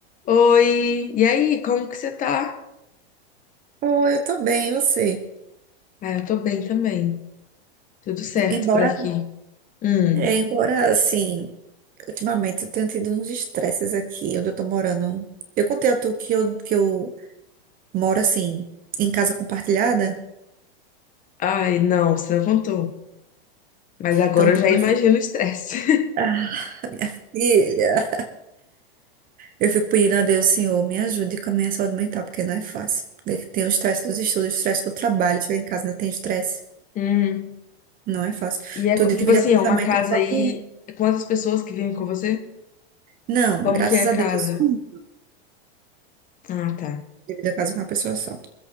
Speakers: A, on the left (about 25°); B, on the right (about 25°).
A: Oi, e aí, como que você tá?
B: Oh, eu tô bem, e você?
A: Ah, eu tô bem também. Tudo certo
B: Embora,
A: por aqui. Hum.
B: é, embora assim, ultimamente eu tenho tido uns estresses aqui onde eu tô morando. Eu contei a tu que eu, que eu moro assim, em casa compartilhada.
A: Ai, não, você não contou. Mas agora
B: Então,
A: eu
B: tipo
A: já imagino
B: assim,
A: o estresse. <laughs>
B: <laughs> ah, filha, eu fico pedindo a Deus, Senhor, me ajude com a minha saúde mental, porque não é fácil. Tem o estresse dos estudos, o estresse do trabalho, chegar em casa ainda tem estresse.
A: Hum.
B: Não é fácil.
A: E é,
B: Tu
A: co-
B: divide
A: tipo assim,
B: apartamento
A: é uma casa
B: só
A: aí.
B: com. um?
A: Quantas pessoas que vivem com você?
B: Não,
A: Como
B: graças
A: que é a
B: a Deus
A: casa?
B: é só um.
A: Ah, tá.
B: Divide a casa com uma pessoa só.